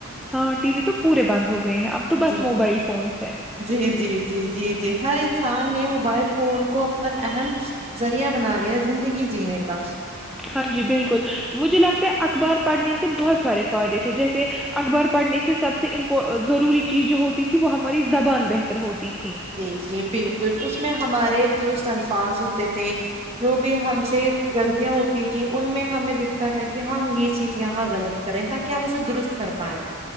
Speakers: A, in the centre; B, on the right.
A: ہاں ٹی وی تو پورے بند ہو گئے ہیں اب
B: ہے
A: تو بس
B: جی
A: موبائل فونس ہے
B: جی جی جی جی جی ہر انسان نے موبائل فون کو اپنا اہم ذریعہ بنا زندگی جینے کا
A: ہاں جی بالکل مجھے لگتا ہے اخبار پڑھنے سے بہت سارے فائدے تھے جیسے اخبار پڑھنے سے سب سے ام ضروری چیز جو ہوتی تھی وہ ہماری زبان بہتر ہوتی تھی
B: جی جی بالکل اس میں ہمارے درست الفاظ ہوتے تھے جو بھی ہم سے غلطیاں ہوتی تیں ان میں ہمیں دکھتا تھا کہ ہم یہ چیز یہاں غلط کریں تاکہ ہم اسے درست کر پائیں